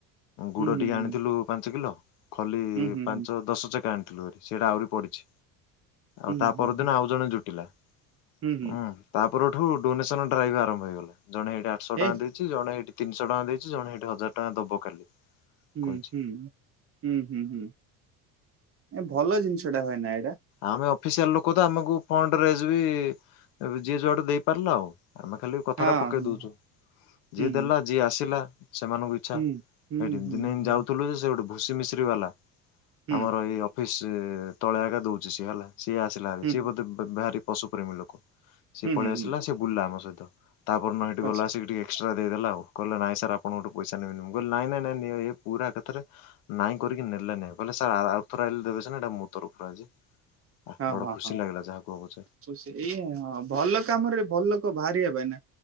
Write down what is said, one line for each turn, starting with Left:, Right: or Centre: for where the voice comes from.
Left: ଗୁଡ଼
Right: ହୁଁ ହୁଁ
Left: ଟିକେ ଆଣିଥିଲୁ ପାଞ୍ଚ କିଲୋ ଖଲି
Right: ହୁଁ ହୁଁ
Left: ପାଞ୍ଚ ଦଶ ଚକଣ୍ ସେଇଟା ଆହୁରି ପଡିଛି।
Right: ହୁଁ
Left: ଆଉ ତା ପରଦିନ
Right: ହୁଁ
Left: ଆଉ ଜଣେ ଜୁଟିଲା
Right: ହୁଁ ହୁଁ ହୁଁ
Left: ଉୁଁ ତା ଉପଠ ଡୋନସନ ଡ୍ରାଇଭ ଆରମ୍ଭଇଗଲା ଜଣେଇଠିଠଶହ ଟଙ୍କା
Right: ଏ
Left: ଦେଇଛି। ଜଣେ ଏଇଠି ତିନିଶହ ଟଙ୍କା ଦେଇଛି ଜଣେ ସେଇଠି ହଜାର ଟଙ୍କା ଦବୁ କାଲି।
Right: ହୁଁ
Left: କହିଛି
Right: ହୁଁ ହୁଁ ହୁଁ ହୁଁ। ଏ ଭଲ ଜିନିଷ ଟା ହଏ ନା ଏ
Left: ଆମେ ଅଫିସିଆଲ ଲୋକ ତ ଆମକୁ ଫଣ୍ଡ ରେ ବି ଯିଏ ଯୁଆଡେ ଦେଇପାରିଲା ଆଉ। ଆମେ ଖାଲି କଥା
Right: ହଁ
Left: ଟା ପକେଇ ଦଉଛୁ
Right: ହୁଁ
Left: ଯିଏ ଦେଲା ଯିଏ ଆସିଲା। ସେମାନଙ୍କୁ ଇଚ୍ଛା
Right: ହୁଁ ହୁଁ
Left: ସେଇଠି
Right: ହୁଁ
Left: ଦିନେ
Right: ହୁଁ
Left: ଯାଉଥିଲୁ ଯେ ସେ ଗୋଟେ ଘୁସି ମିଶ୍ରୀ ବାଲା
Right: ହୁଁ
Left: ଆମର ଏଇ ଫି ତଳିଆ ଏକା ଦଉଛି। ଯୁଶି ଗଲା ସିଏ ଆସିଲା
Right: ହୁଁ
Left: ସିଏ ବୋଧେହାରି ପଶୁ ପ୍ରେମୀ ଲୋକ
Right: ହୁଁ
Left: ସେ ପଳ
Right: ହୁଁ
Left: ଆସିଲା
Right: ହୁଁ
Left: ସେ ବୁଲିଲା ଆମ ସହିତ ତ। ତାପର ଦିନ ସେଠି
Right: ଅଛି
Left: ଗଲା ଆସିକି ଟିକେ ଏକ୍ସ ଟ୍ରା ଦେଇଦେଲା ଆଉ କହିଲା ନାଇଁ ସାର୍ ଆପଣ ଙ୍କ ଠୁ ପଇଶା ନେବେନି ମୁଁ କହିଲେ ନାଇଁ ନାଇଁ ନାଇଁଁ ନିଅ ଏ ପୁରା ଏକାଥରେ ନାଇଁ କରିକି ନେଲା ନି ଆଉ କହିଲା ସାର୍ ଆଉଥରେ ଆଇଲେ ଦେବେ ଇଟା ମୋ ତରଫରୁ ଆଜି। ଆଃ
Right: ହଁ
Left: ବଡ
Right: ହଁ
Left: ଖୁସି
Right: ହଁ
Left: ଲାଗିଲା ଯାହା କୁହ ପଛେ
Right: ସେ ଏଇ ହଁ ଭଲ କାମରେ ଭଲ ଲୋକ ବାହାର। ରିବେନା।